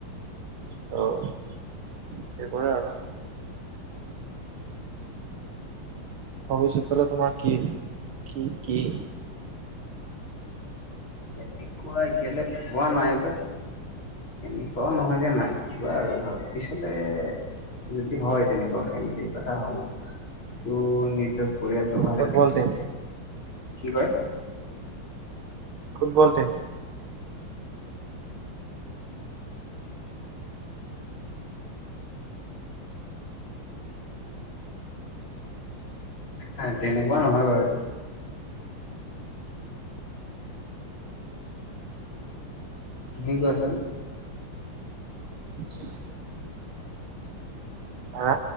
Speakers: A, on the right; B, on the left.
A: ত সেইবোৰে আৰু। ভৱিষ্যতলে তোমাৰ কি কি কি
B: এনেকুৱা এতিয়ালৈ পোৱা নাই বা এনেকুৱাও নহয় যে নাই কিবা ধৰ পিছলে যদি হয় তেনেকুৱা কিবা এটা ভাবোঁ তো নিজৰ পৰিয়ালটো ভালে
A: ফুটবল
B: থাকিলে
A: টিম
B: কি কয়?
A: ফুটবল টিম
B: নাই তেনেকুৱা নহয় বাৰু দেই। তুমি কোৱাচোন?
A: <unintelligible>
B: <unintelligible>
A: হা